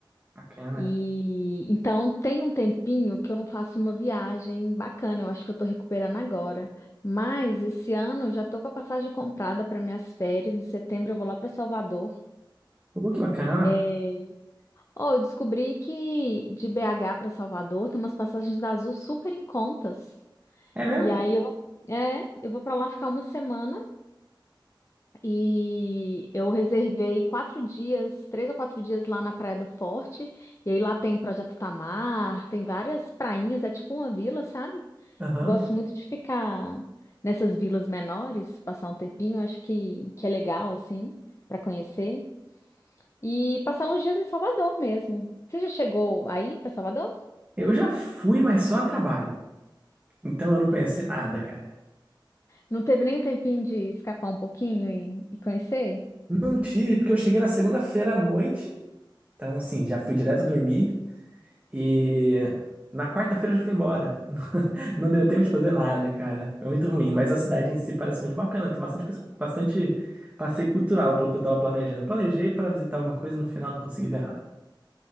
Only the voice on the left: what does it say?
E então tem um tempinho que eu não faço uma viagem bacana. Eu acho que eu tô recuperando agora. Mas esse ano eu já tô com a passagem comprada para minhas férias. Em setembro eu vou lá para Salvador.
É... Oh, eu descobri que de BH para Salvador tem umas passagens da Azul super em contas.
E aí eu vou, é, eu vou para lá ficar uma semana e eu reservei quatro dias, três ou quatro dias lá na Praia do Forte. E aí lá tem Projeto Tamar, tem várias prainhas, é tipo uma vila, sabe?
Gosto muito de ficar nessas vilas menores, passar um tempinho, acho que, que é legal, assim, para conhecer. E passar uns dias em Salvador mesmo. Você já chegou aí para Salvador?
Não teve nem um tempinho de escapar um pouquinho e, e conhecer?